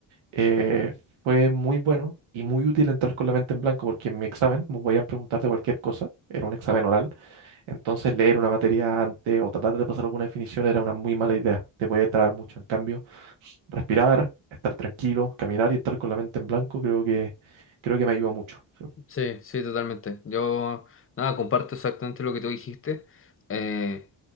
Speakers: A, on the right; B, on the left.
A: eh, fue muy bueno y muy útil entrar con la mente en blanco porque en mi examen me podían preguntar de cualquier cosa, era un examen oral, entonces leer una materia antes o tratar de pasar alguna definición era una muy mala idea, te podía trabar mucho. En cambio, respirar, estar tranquilo, caminar y entrar con la mente en blanco creo que, creo que me ayudó mucho. Sí,
B: Sí, sí, totalmente. Yo, nada, comparto exactamente lo que tú dijiste. Eh,